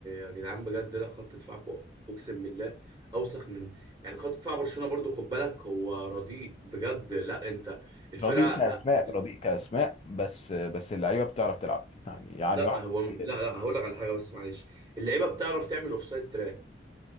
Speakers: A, on the right; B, on the left.
A: يا جدعان بجد لا خط دفاعكم اقسم بالله اوسخ من يعني خط دفاع برشلونه برضو خد بالك هو رديء بجد لا انت الفرقه
B: رديء كأسماء رديء كأسماء بس بس اللعيبة بتعرف تلعب يعني يعني
A: لا
B: واحد
A: هو لا
B: زي
A: لا هقول لك على حاجه بس معلش اللعيبه بتعرف تعمل اوفسايد تراب